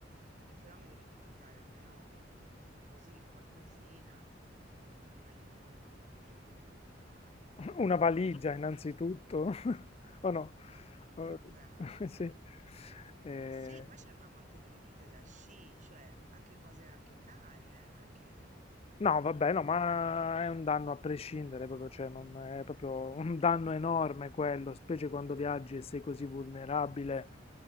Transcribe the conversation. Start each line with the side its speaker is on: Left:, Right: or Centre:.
Right: E però mi dovetti comprare almeno così qualcosina, tipo un maglione brutto de- da montagna.
Left: <laughs> Una valigia
Right: <laughs>
Left: innanzitutto, <laughs> o no? Eh,
Right: Esatto.
Left: <laughs> sì. Eh,
Right: Sì, poi avevamo anche le tute da sci, cioè anche cose anche care, eh, non è che eh,
Left: No, vabbè,
Right: un
Left: no, ma
Right: danno.
Left: è un danno a prescindere, proprio, cioè, non è proprio un danno enorme quello, specie quando viaggi e sei così vulnerabile.